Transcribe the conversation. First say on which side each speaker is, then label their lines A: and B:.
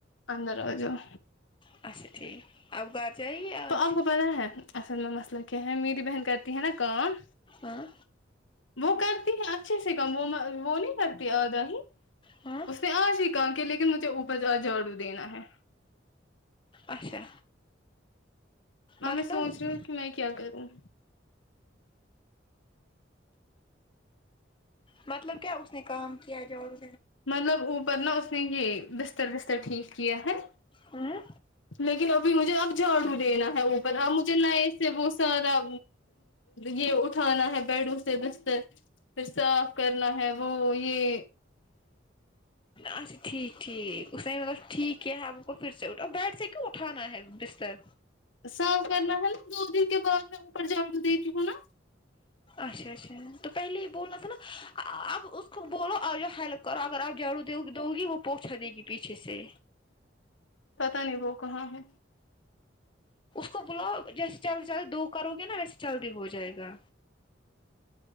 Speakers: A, on the left (about 85°); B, on the left (about 25°).
A: اندر آجاؤ
B: اچھا ٹھیک آپ گھر جائیے آج
A: تو آپ کو پتا ہے اصل میں مسئلہ کیا ہے میری بہن کرتی ہے نا کام
B: ہاں
A: وہ کرتی ہے اچھے سے کم وہ وہ نہیں کرتی آدا ہی
B: ہاں
A: اس نے آج ہی کام کی لیکن مجھے اوپر آج جھاڑو دینا ہے
B: اچھا
A: میں
B: مطلب
A: میں سوچ رہی ہوں کہ میں کیا کروں
B: مطلب کیا اس نے کام کیا جاڑو
A: مطلب اوپر نا اس نے یہ بستر وستر ٹھیک کیا ہے
B: ہوں
A: لیکن ابھی مجھے اب جھاڑو دینا ہے اوپر اب مجھے نئے سے وہ سارا یہ اٹھانا ہے بڈوں سے بستر پھر صاف کرنا ہے وہ یہ
B: اچھا ٹھیک ٹھیک اس نے مطلب ٹھیک کیا ہے آ کو پھر سےٹھ بیٹھ سے کیوں اٹھانا ہے بستر
A: سرو کرنا ہے نا دو دن کے بعد میں اوپر جاڑو دیتی ہوں نا
B: اچھا اچھا تو پہلے یہ بولنا تھا نا اب اس کو بولو آو ہیلپ کراو کراو آپ جھاڑو دو گی وہ پوچھا دے گی پیچھے سے
A: پتا نہیں وہ کہاں ہے
B: تو بلو جیسے جلدی جلدی دو کرو گے نا ویسے جلدی ہو جائے گا